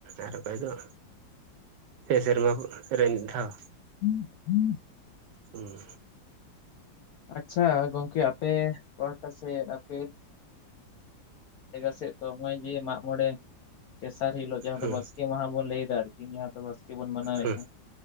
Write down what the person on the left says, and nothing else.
<unintelligible>
ᱟᱪᱪᱷᱟ ᱜᱚᱝᱠᱮ ᱟᱯᱮ ᱯᱟᱦᱟᱴᱟ ᱥᱮᱫ ᱟᱯᱮ ᱛᱮᱜᱷᱟ ᱥᱮᱫ ᱛᱚ ᱱᱚᱜᱼᱚᱭ ᱡᱮ ᱢᱟᱜ ᱢᱚᱬᱮ, ᱛᱮᱥᱟᱨ ᱦᱤᱞᱳᱜ ᱡᱟᱦᱟᱸ
ᱫᱚ ᱵᱟᱥᱠᱮ ᱢᱟᱦᱟ ᱵᱚᱱ ᱞᱟᱹᱭ ᱮᱫᱟ ᱟᱨᱼᱼ ᱡᱟᱦᱟᱸ ᱫᱚ ᱵᱟᱥᱠᱮ ᱵᱚᱱ ᱢᱟᱱᱟᱣᱮᱫᱼᱟ᱾